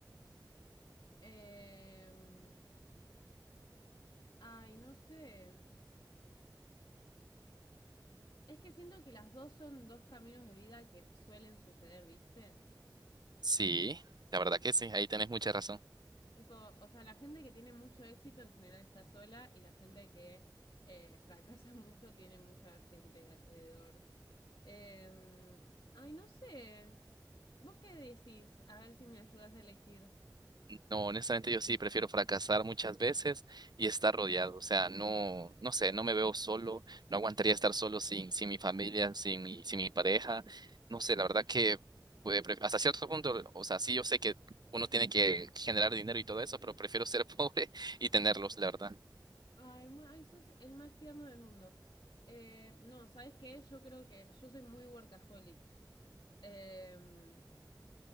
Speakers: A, on the left; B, on the right.
A: em, ay, no sé. Es que siento que las dos son dos caminos de vida que suelen suceder, ¿viste?
B: Sí, la verdad que sí, ahí tenés mucha razón.
A: Tipo, o sea, la gente que tiene mucho éxito en general está sola y la gente que eh, fracasa <laughs> mucho tiene mucha gente alrededor. Eh, ay, no sé. ¿Vos qué decís? A ver si me ayudas a elegir.
B: No, honestamente yo sí prefiero fracasar muchas veces y estar rodeado. O sea, no, no sé, no me veo solo, no aguantaría estar solo sin, sin mi familia, sin mi, sin mi pareja. No sé, la verdad que pues, pre- hasta cierto punto, o sea, sí yo sé que uno tiene que generar dinero y todo eso, pero prefiero ser <laughs> pobre y tenerlos, la verdad.
A: Ay, mu- ay, sos el más tierno del mundo. Eh, no, ¿sabes qué? Yo creo que yo soy muy workaholic. Em,